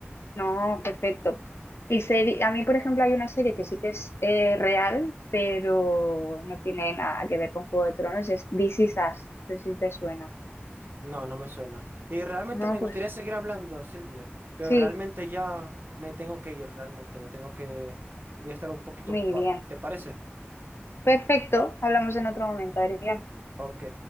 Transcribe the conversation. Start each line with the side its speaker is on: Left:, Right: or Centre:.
Left: No, perfecto. Y seri- a mí, por ejemplo, hay una serie que sí que es eh, real, pero no tiene nada que ver con Juego de Tronos, es This Is Us. No sé si te suena.
Right: No, no me suena. Y realmente
Left: No,
Right: me
Left: pues
Right: gustaría seguir hablando, Silvia, pero
Left: sí,
Right: realmente ya me tengo que ir, realmente me tengo que... Voy a estar un poquito
Left: muy
Right: ocupado.
Left: bien.
Right: ¿Te parece?
Left: Perfecto, hablamos en otro momento, Adrián.
Right: Ok.